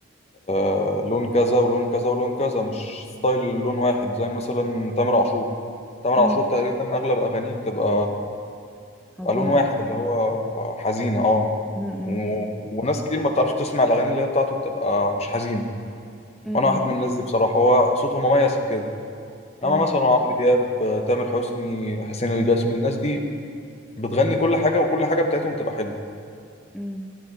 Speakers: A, on the left (about 30°); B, in the centre.
A: آه، لون كذا ولون كذا ولون كذا مش ستايل لون واحد زي مثلا تامر عاشور تامر
B: م.
A: عاشور تقريبا أغلب أغانيه بتبقى
B: حزينة
A: بيبقى لون واحد اللي هو حزينة اه
B: م-م.
A: و... وناس كتير ما بتعرفش تسمع الأغاني اللي هي بتاعته بتبقى مش حزين
B: م-م.
A: وأنا واحد من الناس دي بصراحة هو صوته مميز في كده
B: أيوة
A: إنما مثلا عمرو دياب آه، تامر حسني حسين الجسمي الناس دي بتغني كل حاجة وكل حاجة بتاعتهم تبقى حلوة
B: امم